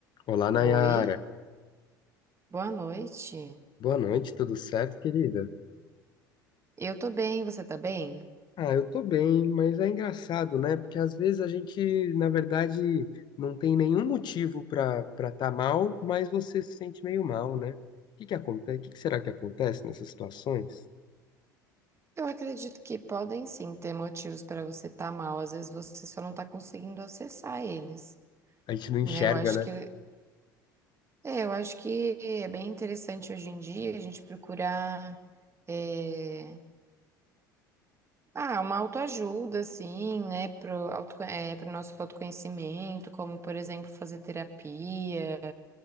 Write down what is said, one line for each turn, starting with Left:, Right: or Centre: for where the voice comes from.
Left: Olá, Nayara.
Right: Oi, boa noite.
Left: Boa noite, tudo certo, querida?
Right: Eu tô bem, você tá bem?
Left: Ah, eu tô bem, mas é engraçado, né? Porque às vezes a gente, na verdade, não tem nenhum motivo pra para tá mal, mas você se sente meio mal, né? O que que acontece? O que que será que acontece nessas situações?
Right: Eu acredito que podem sim ter motivos para você estar mal, às vezes você só não tá conseguindo acessar eles,
Left: A gente não enxerga,
Right: né? Eu acho
Left: né?
Right: que é, eu acho que é bem interessante hoje em dia a gente procurar é, ah, uma autoajuda assim, né, pro auto, é, pro nosso autoconhecimento, como por exemplo fazer terapia,